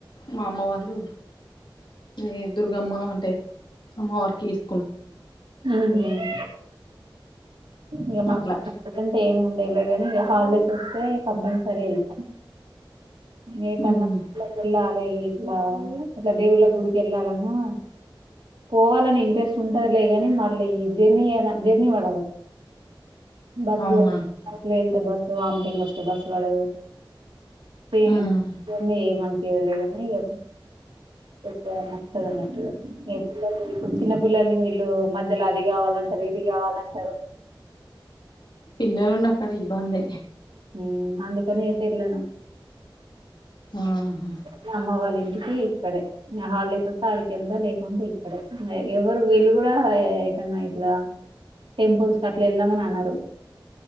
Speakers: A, on the left; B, on the right.
A: మా అమ్మ వాళ్ళు. ఏ దుర్గమ్మ అంటే అమ్మ వారికి ఇస్
B: ఉహుహ్ ఇగా మాక్
A: అట్లా
B: అంటే ఏమి ఉండేలేగాని ఇగా హాలిడేస్ వస్తే కంపల్సరీ ఏళ్తాం. నేతన్నా
A: ఉమ్
B: వెళ్ళాలి ఇట్లా ఇట్లా దేవుళ్ళ గుడికి ఏళ్ళాలన్నా పోవాలని ఇంట్రెస్ట్ ఉంటది లే గాని మళ్ళీ ఈ జర్నీ జర్నీ వడదు. బస్
A: అవునా
B: బస్ లో వెళ్తే బస్సు వామ్ థింగ్ వస్తే బస్ వడదు. పే ఏమి
A: ఉమ్
B: యేమి ఏం అన్పియలేద్ గానీ ఇగా ఎక్కువ నచ్చదు అన్నట్టు. మీ పిల్లలు ఇప్పుడు చిన్న పిల్లల్ని వీళ్ళు మధ్యలో అది గావాలంటరు ఇది గావాలంటరు
A: పిల్లలు ఉన్న కాడా ఇబ్బందె
B: ఉహ్మ్ అందుకనే ఏటేలను
A: నహా
B: నమ్మా వాళ్ళ ఇంటికి ఇక్కడే. ఇగా హాలిడేస్ వస్తే ఆడికెళ్దా లేకుంటె ఇక్కడె ఎవరు వీళ్ళు కూడా ఎటన్నా ఇట్లా టెంపుల్స్క్ అట్లా ఏళ్దామని అనరు.